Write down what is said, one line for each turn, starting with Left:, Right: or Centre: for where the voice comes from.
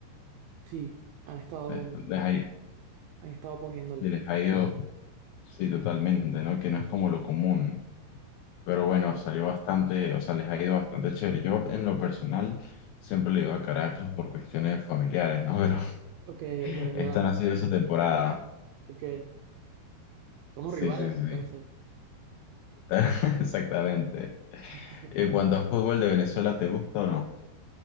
Right: Sí, han estado,
Left: Eh, Les ha, i-
Right: han estado poniéndole.
Left: les ha ido, sí, totalmente, ¿no? Que no es como lo común. Pero bueno, salió bastante, o sea, les ha ido bastante chévere. Yo en lo personal siempre le he ido a Caracas por cuestiones familiares, ¿no? Pero
Right: Ok, de
Left: <laughs>
Right: los Leones.
Left: esta no ha sido su temporada.
Right: Ok, somos
Left: Sí,
Right: rivales
Left: sí,
Right: entonces.
Left: sí. <laughs> Exactamente.
Right: <laughs>
Left: En cuanto a fútbol de Venezuela, ¿te gusta o no?